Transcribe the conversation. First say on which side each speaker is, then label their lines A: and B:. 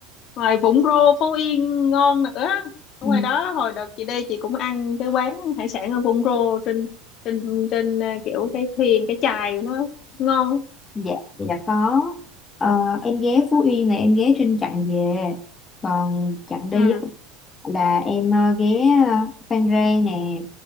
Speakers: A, on the left (about 45°); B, on the left (about 25°).
A: Ngoài Vũng Rô Phú Yên ngon nữa. Ở
B: ừ,
A: ngoài đó hồi đợt chị đi chị cũng ăn cái quán hải sản ở Vũng Rô trên trên trên à, kiểu cái thuyền cái chài của nó ngon.
B: dạ dạ có Ờ, em ghé Phú Yên này em ghé trên chặng về còn chặng đi
A: Ừ
B: là em ờ, ghé ờ, Phan Rang nè